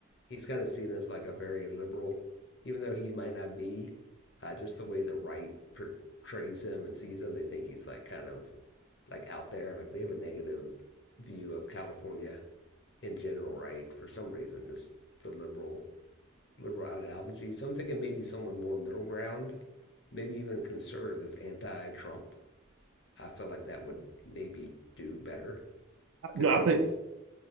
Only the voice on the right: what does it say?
No, I
think